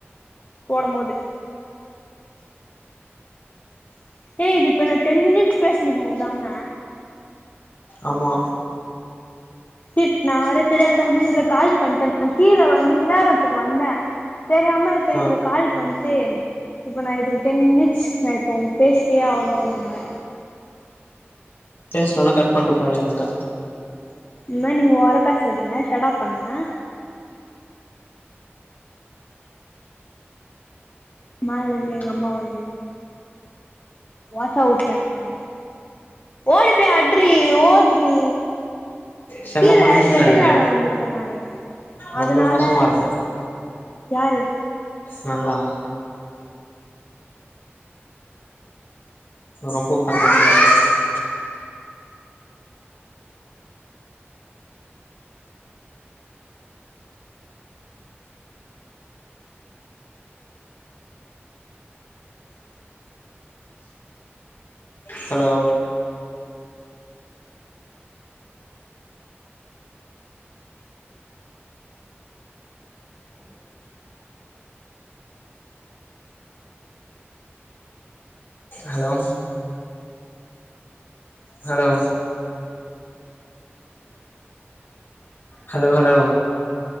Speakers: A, on the left; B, on the left.
A: போடபோது ஏ இது இப்ப என்ன டென் மினிட்ஸ் பேசணுமா உடாம
B: ஆமா
A: சிட் நா வேற தெரியாத்தனமா இதுல கால் பண்ட்ட கீழ வந்து விளையாடறதுக்கு வந்த தெரியாம இப்ப
B: ஆ
A: இதுல கால் பண்ட்டு இப்ப நா இதுக்கு டென் மினிட்ஸ் நா இப்போ பேசியே ஆவுணு இங்க
B: பேஸ்லனா கட் பண்ணட்டு போய்னேருங்க
A: இனிமே நீங்க ஓவறா பேசாதீங்க ஷடாப் பண்ணுங்க மாலேருந்து எங்க அம்மா வந்து வாசாவுட்ல இருக்காங்க என்ன ஓடிபோய் அட்ரீ ஓட்ரீ
B: செம
A: கீழ
B: பஞ்சத்துல
A: ஷட்டில்
B: இருக்கே
A: வெளாட வந்திருக்க நானு
B: ரொம்ப
A: அதனால
B: மோசமா இருக்கே
A: யாரு
B: நாந்தா ரொம்ப <inaudible> hello hello hello hello hello